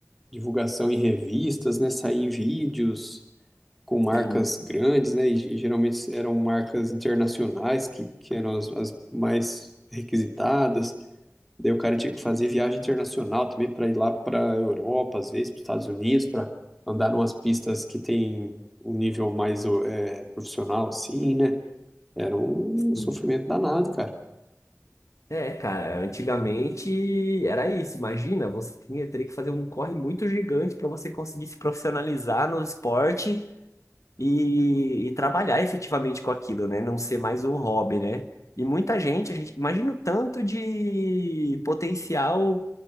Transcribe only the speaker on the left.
Sim,
sim.
É, cara, antigamente era isso. Imagina, você tinha, teria que fazer um corre muito gigante para você conseguir se profissionalizar no esporte e, e trabalhar efetivamente com aquilo, né? Não ser mais um hobby, né? E muita gente, a gente imagina o tanto de potencial